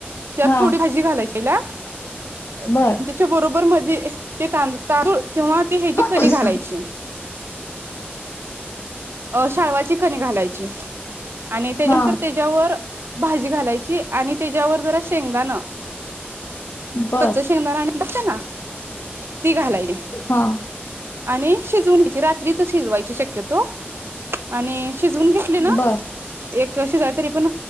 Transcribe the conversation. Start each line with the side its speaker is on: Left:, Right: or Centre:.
Right: त्यात
Left: हा
Right: थोडी भाजी घालायची <unintelligible>
Left: बर
Right: त्याच्या बरोबर मधी ते तादु तादुळ किंवा ती हची
Left: हा
Right: कणी घालायची अ शाळवाची कणी घालायची आणि त्याच्यानंतर
Left: हा
Right: त्याच्यावर भाजी घालायची आणि त्याच्यावर जरा शेंगदाण
Left: बर
Right: कच्च शेंगदाण आणि <unintelligible> ती घालाय
Left: हा
Right: आणि शिजवुन घ्याची रात्रीच शिजवायची शक्यतो आणि शिजून घेतली ना
Left: बर
Right: एक शिजाय तरी पण